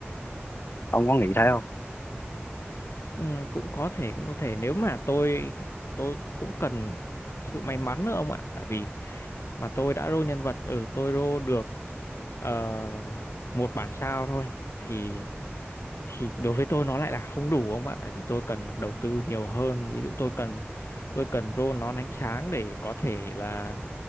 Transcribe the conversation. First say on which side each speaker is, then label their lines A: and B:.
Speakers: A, on the left; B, on the left.
A: ông có nghĩ thế không
B: Ừ. cũng có thể cũng có thể nếu mà tôi tôi cũng cần sự may mắn nữa ông ạ tại vì mà tôi đã roll nhân vật ở ừ, tôi roll được ờ, một bản sao thôi thì thì đối với tôi nó lại là không đủ ông ạ tại vì tôi cần đầu tư nhiều hơn ví dụ tôi cần tôi cần rô nón ánh sáng để có thể là